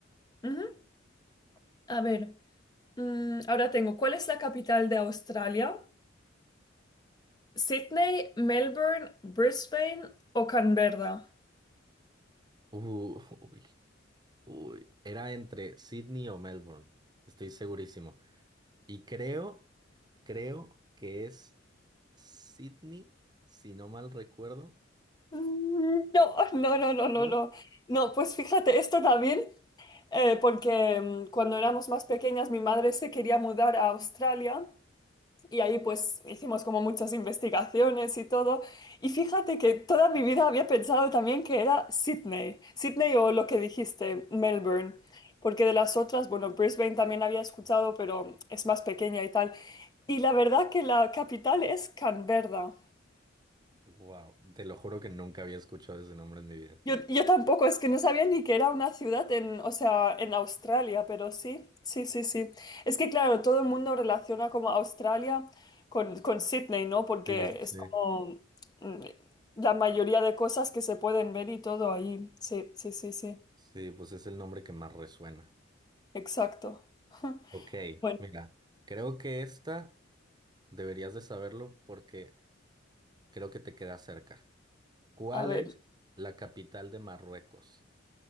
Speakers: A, on the left (about 20°); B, on the right (about 20°).
A: Ujú. A ver, mm, ahora tengo, ¿cuál es la capital de Australia? Sydney, Melbourne, Brisbane o Canberra.
B: Uh, <laughs> uy, uy. Era entre Sydney o Melbourne. Estoy segurísimo. Y creo, creo que es Sydney, si no mal recuerdo.
A: Mm, No, no, no, no, no,
B: ¿No?
A: no. No, pues fíjate, esto también, eh, porque mm, cuando éramos más pequeñas mi madre se quería mudar a Australia Y ahí pues hicimos como muchas investigaciones y todo. Y fíjate que toda mi vida había pensado también que era Sydney, Sydney o lo que dijiste, Melbourne. Porque de las otras, bueno, Brisbane también había escuchado, pero es más pequeña y tal. Y la verdad que la capital es Canberra.
B: Wow, te lo juro que nunca había escuchado ese nombre en mi vida.
A: Yo, yo tampoco, es que no sabía ni que era una ciudad en, o sea, en Australia, pero sí, sí, sí, sí. Es que claro, todo el mundo relaciona como Australia con, con Sydney, ¿no? Porque
B: Sí, sí, sí.
A: es como mm, la mayoría de cosas que se pueden ver y todo ahí. Sí, sí, sí, sí.
B: Sí, pues es el nombre que más resuena.
A: Exacto. <laughs>
B: Ok,
A: Bueno,
B: mira, creo que esta deberías de saberlo porque creo que te queda cerca. ¿Cuál
A: a ver.
B: es la capital de Marruecos?